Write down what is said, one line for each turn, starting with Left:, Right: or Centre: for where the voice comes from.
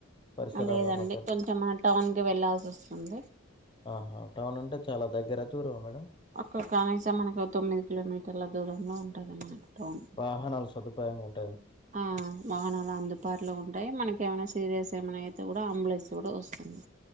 Left: పరిసరాల
Right: లేదండి
Left: మధ్య
Right: కొంచెం టౌన్ కి వెళ్ళల్సి వస్తుంది
Left: ఆహా టౌన్ అంటే చాలా దగ్గర దూరమా మేడం
Right: ఒక్కొ కనీసం మనకు తొమ్మిది కిలోమీటర్ల దూరంలో ఉంటది మనకి టౌన్
Left: వాహనాలు సదుపాయం ఉంట
Right: ఆ వాహనాలు అందుబాటులో ఉంటాయి మనకి ఏమైన సీరియస్ ఏమైనా అయితే కూడా అంబులెన్స్ కూడా వస్తుంది